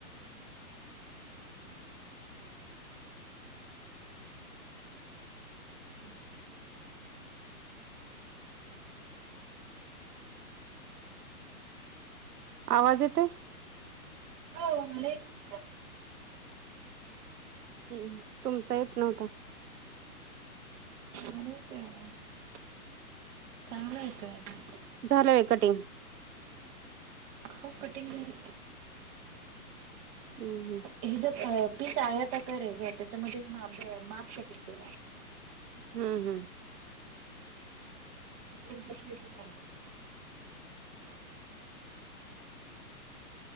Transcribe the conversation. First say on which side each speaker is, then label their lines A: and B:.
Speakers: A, on the right (about 25°); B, on the right (about 75°).
A: <inaudible>
B: आवाज येतोय.
A: हो मला येतोय.
B: ह, तुमच येत नव्हता.
A: मला येतोय आवाज, चांगला येतोय आजून.
B: झालंय कटिंग.
A: हो कटिंग झाली.
B: हम्,
A: हि ज पीस आहे आता तरे घर त्याच्यामध्ये माप माप कटिंग केलं आहे <unintelligible>
B: हम्म, हम्म
A: कपड बच वज चालत